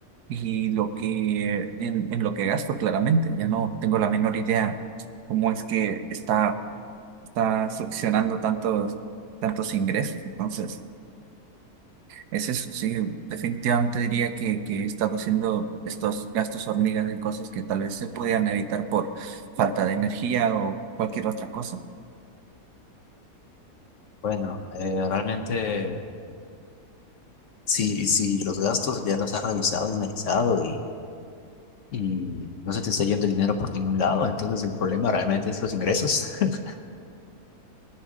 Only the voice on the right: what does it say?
y lo que, en, en lo que gasto, claramente. Ya no tengo la menor idea cómo es que está, está succionando tantos, tantos ingresos. Entonces... Es eso, sí, definitivamente diría que, que estaba haciendo estos gastos hormigas en cosas que tal vez se podían evitar por falta de energía o cualquier otra cosa.